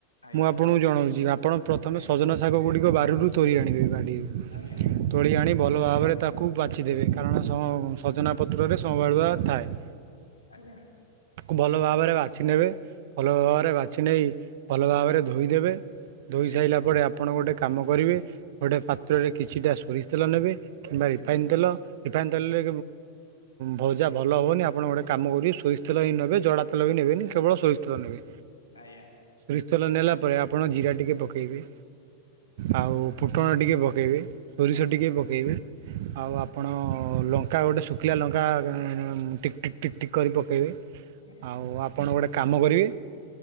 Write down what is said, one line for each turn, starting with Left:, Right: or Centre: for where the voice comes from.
Left: ଆଜ୍ଞା
Right: ମୁଁ ଆପଣଙ୍କୁ ଜଣାଉଚି। ଆପଣ ପ୍ରଥମେ
Left: ଆଜ୍ଞା
Right: ସଜନା ଶାଗ ଗୁଡ଼ିକ ବାରିରୁ ତୋରି ଆଣିବେ। ବାଡ଼ି
Left: ଆଜ୍ଞା।
Right: ତୋଳି ଆଣି ଭଲ ଭାବରେ ତାକୁ ବାଛି ଦେବେ କାରଣ ସଜନା ପତ୍ରରେ ସମ୍ଭାଳୁଆ ଥାଏ।
Left: ଆଜ୍ଞା।
Right: କୁ ଭଲ ଭାବରେ ବାଛି ନେବେ ଭଲ ଭାବରେ ବାଛି ନେଇ ଭଲ ଭାବରେ ଧୋଇଦେବେ। ଧୋଇ
Left: ଆଜ୍ଞା
Right: ସାରିଲା ପରେ ଆପଣ ଗୋଟେ କାମ କରିବେ ଗୋଟେ ପାତ୍ରରେ କିଛିଟା ସୋରିଷ ତେଲ ନେବେ। କିମ୍ବା ରିଫାଇନ୍
Left: ଆଜ୍ଞା
Right: ତେଲ ରିଫାଇନ୍ ତେଲରେ ଭଜା ଭଲ ହେବନି। ଆପଣ ଗୋଟେ କାମ କରିବେ ସୋରିଷ ତଲ ହିଁ ନେବେ ଜଡ଼ା ତଲ ବି ନେବେନି କେବଳ ସୋରିଷ ତେଲ ନେବେ।
Left: ଆଜ୍ଞା।
Right: ସୋରିଷ ତେଲ ନେଲା ପରେ ଆପଣ ଜିରା ଟିକେ ପକାଇବେ। ଆଉ ଫୁଟଣ ଟିକେ ପକାଇବେ। ସୋରିଷ
Left: ଆଜ୍ଞା
Right: ଟିକେ ପକାଇବେ।
Left: ଆଜ୍ଞା
Right: ଆଉ ଆପଣ ଲଙ୍କା ଲଙ୍କା ଗୋଟେ ଶୁଖିଲା ଲଙ୍କା ଟିକ୍ ଟିକ୍ କରି ପକାଇବେ।
Left: ଆଜ୍ଞା
Right: ଆଉ ଆପଣ ଗୋଟଏ କାମ କରିବେ